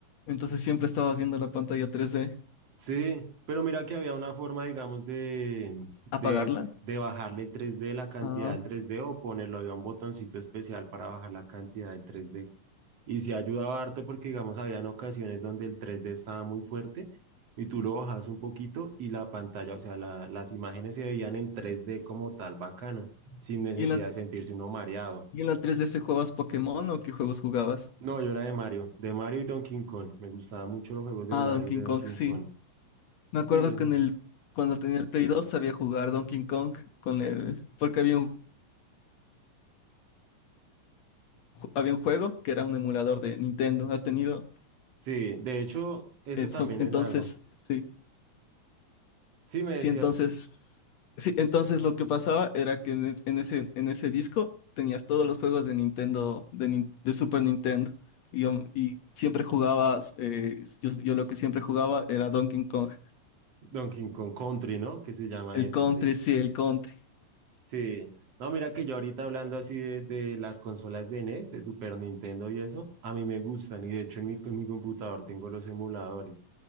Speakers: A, on the left; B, on the right.
A: Entonces siempre estabas viendo la pantalla tres d
B: Sí, pero mira que había una forma, digamos, de, de,
A: ¿Apagarla?
B: de bajarle el 3D, la cantidad
A: Ah.
B: del tres d o ponerlo, había un botoncito especial para bajar la cantidad del tres d Y sí ayudaba harto porque, digamos, habían ocasiones donde el tres d estaba muy fuerte y tú lo bajas un poquito y la pantalla, o sea, la- las imágenes se veían en tres d como tal, bacano, sin necesidad
A: ¿Y en la,
B: de sentirse uno mareado.
A: y en la 3DS jugabas Pokémon o qué juegos jugabas?
B: No, yo era de Mario, de Mario y Donkey Kong. Me gustaban mucho los juegos de
A: Ah,
B: Mario
A: Donkey
B: y de Donkey
A: Kong, sí.
B: Kong.
A: Me acuerdo
B: Sí, yo.
A: que en el, cuando tenía el Play dos sabía jugar Donkey Kong con el, porque había un había un juego que era un emulador de Nintendo. ¿Has tenido?
B: Sí, de hecho, eso
A: Eso-
B: también
A: entonces,
B: es algo.
A: sí.
B: Sí, me
A: Sí,
B: decías
A: entonces. Sí, entonces lo que pasaba era que en, es- en ese, en ese disco tenías todos los juegos de Nintendo, de, Nin- de Super Nintendo. Y, yo- y siempre jugabas, eh, yo, yo lo que siempre jugaba era Donkey Kong.
B: Donkey Kong Country, ¿no? Que se llama
A: El
B: ese,
A: Country,
B: el de.
A: sí, el Country.
B: Sí. No, mira que yo ahorita hablando así de, de las consolas de NES, de Super Nintendo y eso, a mí me gustan. Y de hecho, en mi, en mi computador tengo los emuladores.